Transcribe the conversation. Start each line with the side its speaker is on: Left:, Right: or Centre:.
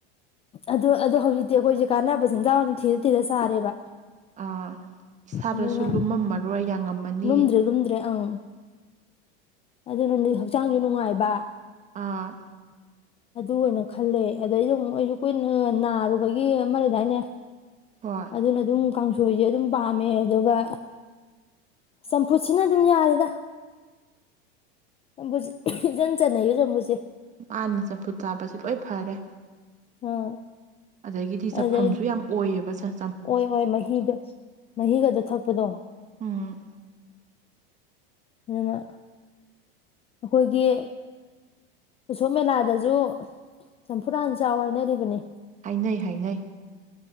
Left: ꯑꯗꯣ ꯑꯗꯣ ꯍꯧꯖꯤꯛꯇꯤ ꯑꯩꯈꯣꯏꯖꯦ ꯀꯥꯟꯅꯕꯆꯤꯟꯖꯥꯛ ꯑꯣꯏ ꯊꯤꯔ ꯊꯤꯔ ꯆꯥꯔꯦꯕ
Right: ꯑꯥ ꯏꯁꯥꯗꯁꯨ
Left: ꯑꯗꯨꯅ
Right: ꯂꯨꯝꯃꯝꯃꯔꯣꯏ ꯌꯥꯉꯝꯃꯅꯤ
Left: ꯂꯨꯝꯗ꯭ꯔꯦ ꯂꯨꯝꯗ꯭ꯔꯦ ꯑꯪ ꯑꯗꯨꯅ ꯍꯛꯆꯥꯡꯖꯨ ꯅꯨꯡꯉꯥꯏꯕ
Right: ꯑꯥ
Left: ꯑꯗꯨ ꯑꯣꯏꯅ ꯈꯜꯂꯦ ꯑꯗꯩꯁꯨ ꯑꯃꯨꯛ ꯑꯩꯖꯨ ꯀꯨꯏꯅ ꯅꯥꯔꯨꯕꯒꯤ ꯑꯃ ꯂꯩꯗꯥꯏꯅꯦ
Right: ꯍꯣꯏ
Left: ꯑꯗꯨꯅ ꯑꯗꯨꯝ ꯀꯥꯡꯁꯣꯏꯁꯦ ꯑꯗꯨꯝ ꯄꯥꯝꯃꯦ ꯑꯗꯨꯒ ꯆꯝꯐꯨꯠꯁꯤꯅ ꯑꯗꯨꯝ ꯌꯥꯔꯦꯗ ꯆꯝꯐꯨꯠꯁꯦ ꯏꯆꯟ ꯆꯟꯅꯩꯌꯦ ꯆꯝꯐꯨꯠꯁꯦ
Right: ꯃꯥꯅꯦ ꯆꯝꯐꯨꯠ ꯆꯥꯁꯦ ꯂꯣꯏ ꯐꯔꯦ
Left: ꯑꯥ
Right: ꯑꯗꯒꯤꯗꯤ ꯆꯐꯝꯁꯨ
Left: ꯑꯗꯩ
Right: ꯌꯥꯝ ꯑꯣꯏꯌꯦꯕ ꯁ
Left: ꯑꯣꯏ ꯑꯣꯏ ꯃꯍꯤꯒ ꯃꯍꯤꯒꯗꯣ ꯊꯛꯄꯗꯣ
Right: ꯎꯝ
Left: ꯑꯗꯨꯅ ꯑꯈꯣꯏꯒꯤ ꯎꯁꯣꯞ ꯃꯦꯂꯥꯗꯖꯨ ꯆꯝꯐꯨꯨꯠ ꯍꯥꯟ ꯆꯥꯎ ꯍꯥꯏꯅꯔꯤꯕꯅꯤ
Right: ꯍꯥꯏꯅꯩ ꯍꯥꯏꯅꯩ